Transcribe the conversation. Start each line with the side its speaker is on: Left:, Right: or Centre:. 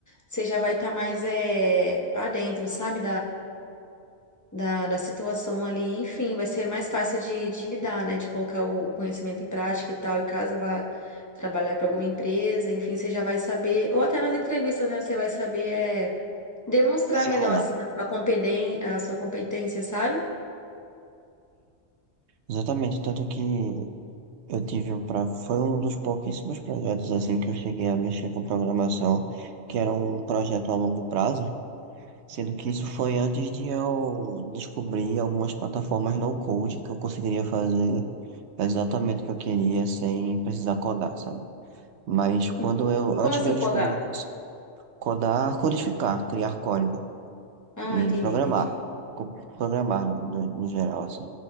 Left: você já vai estar mais é, adentro, sabe? da, da situação ali. Enfim, vai ser mais fácil de, de lidar, né? De colocar o, o conhecimento em prática e tal. E caso vá trabalhar para alguma empresa, enfim, você já vai saber, ou até nas entrevistas, né? Você vai saber é, demonstrar
Right: Desenrolar.
Left: melhor, assim, a sua competência, a sua competência, sabe?
Right: Exatamente, tanto que Eu tive um pra... Foi um dos pouquíssimos projetos assim que eu cheguei a mexer com programação, que era um projeto a longo prazo, sendo que isso foi antes de eu descobrir algumas plataformas no code que eu conseguiria fazer exatamente o que eu queria sem precisar codar, sabe? Mas quando
Left: Entendi.
Right: eu, antes
Left: Como assim
Right: de eu descobrir
Left: codar?
Right: isso, codar, codificar, criar código
Left: Ah,
Right: e
Left: entendi,
Right: programar,
Left: entendi.
Right: co- programar no, no, no geral assim.